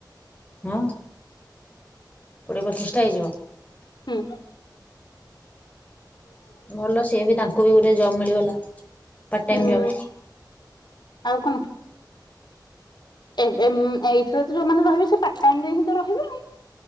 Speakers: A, on the left; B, on the left.
A: ହଁ କୋଡିଏ ପଚିଶ ଟା ହେଇଯିବ।
B: ହୁଁ।
A: ଭଲ ସିଏ ବି ତାଙ୍କୁ ବି ଗୋଟେ ଜବ୍ ମିଳିଗଲା ପାର୍ଟ
B: ହୁଁ
A: ଟାଇମ୍ ଜବ୍।
B: ଆଉ କଣ? ଏବେ ଏଇଥିରେ ତ ଯୋଉମାନେ ରହିବେ ସେ ପାର୍ଟ ଟାଇମ ରେ ହିଁ ତ ରହିବେ।